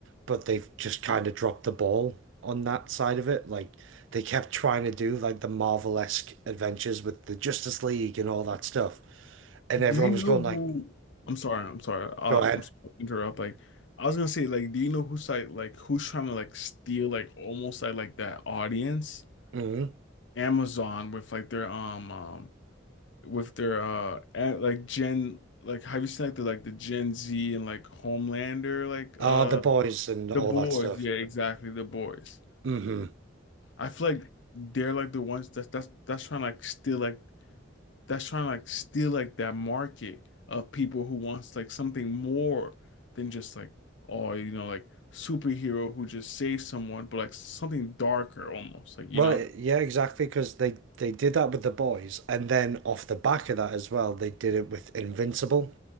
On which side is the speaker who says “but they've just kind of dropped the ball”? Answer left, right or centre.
Right